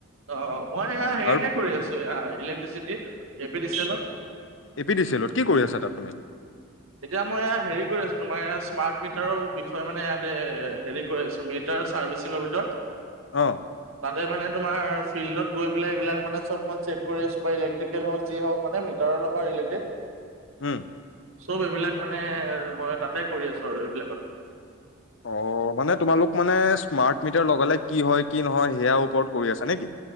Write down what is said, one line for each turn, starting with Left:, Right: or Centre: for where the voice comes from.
Right: অ মই হেৰিতে
Left: আৰু
Right: কৰি আছো ইলেক্ট্ৰিচিটিত এ পি ডিচিএলত
Left: এ পি ডি চি এলত কি কৰি আছা তাত তুমি
Right: এতিয়া মই এ হেৰি কৰি আছো তোমাৰ ইয় স্মাৰ্ট মিটাৰৰ বিষয়ে মানে ইয়াতে এ হেৰি কৰি আছো মিটাৰ ছাৰ্ভিচিংৰ ভিতৰত
Left: অ
Right: তাতে মানে। তোমাৰ ফিল্ডত গৈ পেলাই এইবিলাক মানে চব মই চেক কৰি আছো বা ইলেক্ট্ৰিকেল হওক যি হওক মানে মিটৰ লগৰ। <unintelligible>
Left: উম
Right: চব এইবিলাক মানে মই তাতে কৰি আছো আৰু এইবিলাকতে।
Left: অ মানে তোমালোক মানে স্মাৰ্ট মিটাৰ লগালে কি হয় কি নহয় সেয়া ওপৰত কৰি আছা নেকি।